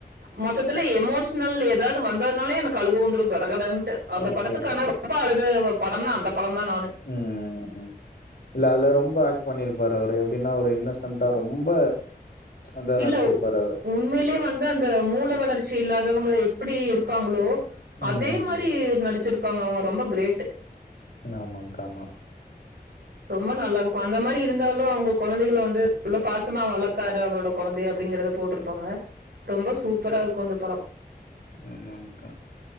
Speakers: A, on the right; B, on the left.
A: மொத்தத்துல எமோஷனல் எதாவது வந்ததுனாலே எனக்கு அழுக வந்துடோ கடகடன்ட்டு அந்த
B: ஓகே
A: படத்துக்கு
B: ஓகே
A: ஆனா ரொம்ப அழுத படோனா அந்த படோ தா நானு
B: ம் இல்ல அதுல ரொம்ப ஆக்ட் பண்ணிரு ப்பாரு அவரு எப்டீன்னா ஒரு இன்னோசன்டா ரொம்ப அதா
A: இல்ல
B: நடிச்சிருப்பாரு அவரு
A: உண்மயிலயே வந்து அந்த மூள வளர்ச்சி இல்லாதவங்க எப்புடி இருப்பாங்களோ
B: ம்
A: அதே மாரி நடிச்சிருப்பாங்க அவுங்க ரொம்ப கிரேட்
B: ஆமாங்கா ஆமா
A: ரொம்ப நல்லா இருக்கு அந்த மாரி இருந்தாலு அவுங்க கொழந்தைகள வந்து எவ்ளோ பாசமா வளத்தாரு அவரோட கொழந்தைய அப்டீங்கறத போட்ரு ப்பாங்க ரொம்ப சூப்பரா இருக்கு அந்த படோ
B: ஆமாங்கா